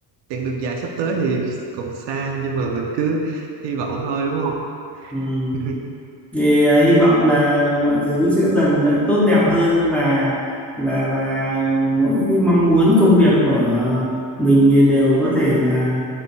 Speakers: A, on the right (about 60°); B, in the centre.
A: chặng đường dài sắp tới thì còn xa nhưng mà mình cứ hy vọng thôi đúng không
B: ừm.
A: <laughs>
B: thì à, hy vọng là mọi thứ sẽ dần đã tốt đẹp hơn và và và mỗi mong muốn công việc của mình thì đều có thể là